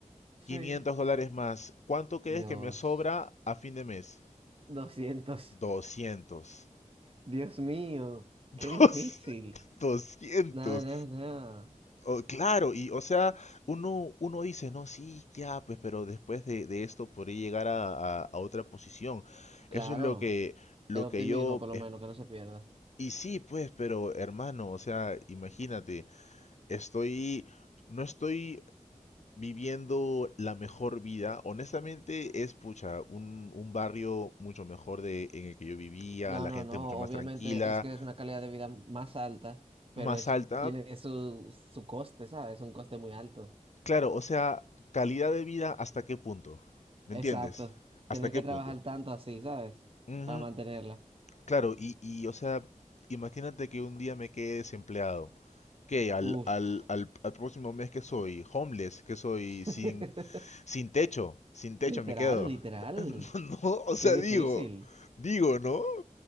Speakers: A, on the right; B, on the left.
A: Sí.
B: quinientos dólares más. ¿Cuánto crees
A: Dios.
B: que me sobra a fin de mes?
A: doscientos.
B: doscientos
A: Dios mío, qué
B: Dos-
A: difícil.
B: <laughs> doscientos
A: Nada, nada, nada.
B: Oh, claro, y o sea, uno, uno dice, no, sí, ya, pues, pero después de, de esto podría llegar a, a- a otra posición.
A: Claro,
B: Eso es lo que, lo
A: el optimismo
B: que yo...
A: por lo
B: es-
A: menos, que no se pierda.
B: Y sí, pues, pero hermano, o sea, imagínate, estoy, no estoy viviendo la mejor vida. Honestamente, es pucha, un, un barrio mucho mejor de, en el que yo vivía,
A: No,
B: la
A: no,
B: gente
A: no,
B: mucho más
A: obviamente
B: tranquila,
A: es que es una calidad de vida más alta, pero
B: más
A: es,
B: alta.
A: tiene su, su coste, ¿sabes? Un coste muy alto.
B: Claro, o sea, calidad de vida hasta qué punto, ¿me
A: Exacto.
B: entiendes? ¿Hasta
A: Tener
B: qué
A: que
B: punto?
A: trabajar tanto así, ¿sabes?
B: Ujú,
A: Para mantenerla.
B: Claro, y, y, o sea, imagínate que un día me quede desempleado. que Al,
A: Uf.
B: al, al, al próximo mes que soy homeless, que soy
A: <laughs>
B: sin, Sin techo, sin techo
A: Literal,
B: me quedo.
A: literal.
B: <laughs> No, o sea,
A: Qué difícil.
B: digo, digo, ¿no?